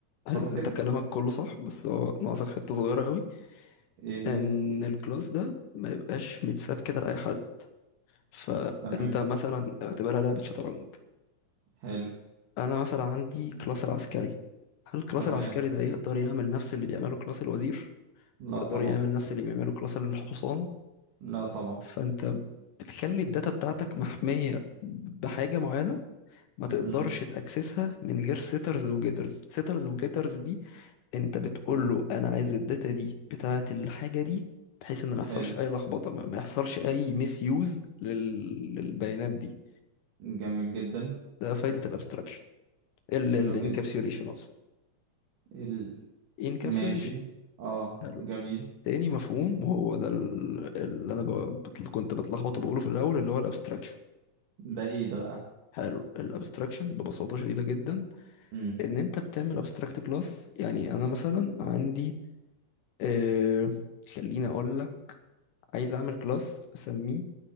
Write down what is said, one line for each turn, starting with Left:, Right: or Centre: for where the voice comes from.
Right: صح
Left: حلو انت
Right: كده
Left: كلامك كله صح بس هو ناقصك حته صغيره قوي
Right: ايه
Left: ان الكلاس ده ما يبقاش متساب كده لاي حد فانت
Right: تمام
Left: مثلا اعتبرها لعبه شطرنج
Right: حلو
Left: انا مثلا عندي كلاس العسكري هل الكلاس
Right: تمام
Left: العسكري ده يقدر يعمل نفس اللي بيعمله كلاس الوزير
Right: لا
Left: يقدر
Right: طبعا
Left: يعمل نفس اللي بيعمله كلاس الحصان
Right: لا طبعا
Left: فانت بتخلي الداتا بتاعتك محميه بحاجه معينه ما تقدرش
Right: امم
Left: تاكسسها من غير سيترز وجيترز سيترز وجيترز دي انت بتقول
Right: تمام
Left: له انا عايز الداتا دي بتاعه الحاجه دي بحيث ان ما يحصلش
Right: حلو
Left: اي لخبطه ما ما يحصلش اي ميس يوز لل... للبيانات دي
Right: جميل جدا
Left: ده فايده الابستراكشن الانكابسيوليشن
Right: حلو جدا
Left: اقصد
Right: ال...
Left: انكابسيوليشن
Right: ماشي اه
Left: حلو
Right: جميل
Left: تاني مفهوم وهو ده ال- اللي انا ب... بت- كنت بتلخبط وبقوله في الاول اللي هو الابستراكشن
Right: ده ايه ده بقى
Left: حلو الابستراكشن ببساطه شديده جدا
Right: امم
Left: ان انت بتعمل ابستراكت كلاس يعني انا مثلا عندي آه... خليني اقول لك عايز اعمل كلاس اسميه